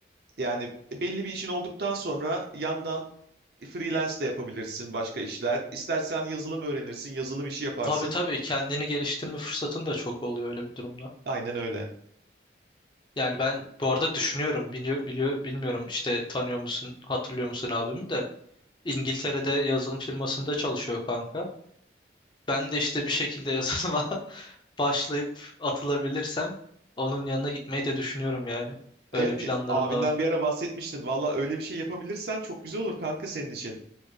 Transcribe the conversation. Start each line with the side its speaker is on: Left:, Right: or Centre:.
Right: yani belli bir işin olduktan sonra yandan freelance de yapabilirsin başka işler. İstersen yazılım öğrenirsin, yazılım işi yaparsın.
Left: Tabii tabii kendini geliştirme fırsatın da çok oluyor öyle bir durumda.
Right: Aynen öyle.
Left: Yani ben bu arada düşünüyorum biliyor, biliyor bilmiyorum işte tanıyor musun hatırlıyor musun abimi de İngiltere'de yazılım firmasında çalışıyor kanka. Ben de işte bir şekilde yazılıma <laughs> başlayıp atılabilirsem onun yanına gitmeyi de düşünüyorum yani.
Right: Evet
Left: Öyle planlarım
Right: abinden
Left: da var.
Right: bir ara bahsetmiştin. Valla öyle bir şey yapabilirsen çok güzel olur kanka senin için.